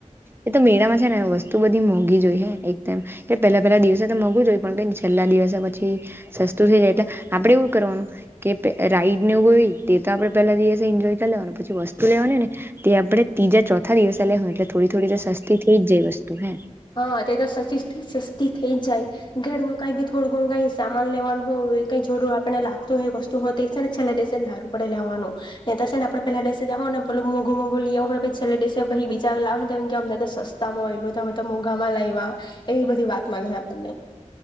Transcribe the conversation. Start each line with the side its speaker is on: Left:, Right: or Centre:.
Right: એ તો મેળામાં છે ને વસ્તુ બધી મોંઘી જ હોય હે એકદમ એટલે પેલા પહેલા દિવસે તો મોંઘું જ હોય પણ કઈ છેલ્લા નાલી યોજના પછી સસ્તું થઈ જાય એટલે આપણેે એવું કરવાનું કે પે રાઈડને એવું બધું તેતો આપણે પેલા દિવસે ઈન્જોય કરી લેવાનું પછી વસ્તુ લેવાની હોયને તે આપણે ત્રીજા ચોથ દિવસે લેહુ એટલે થોડી થોડી તો સસ્તી થઈ જાય વસ્તુ હે
Left: હ તે તો સચીસથી સસ્તી થઈ જાય ઘરનું કઈ બી થોડું ગણુ કાય સામાન લેવાનું હોય કઈ જરૂર આપને લાગતું હોય વસ્તુ હોય તો છે ને છેલ્લે દિવસે જ હારું પડે લેવાનું ને તો છેને આપણે પેલા દિવસે જા હોવ ને પેલો મોઘું મોંઘું લે આવ હો ને પછી છેલ્લે દિવસે પહી બીજા લાવહેને કે અમને તો સસ્તામાં મયલુ એ તમે ત મોઘામાં લાયવા એવી બધી વાત મલ હે આપણને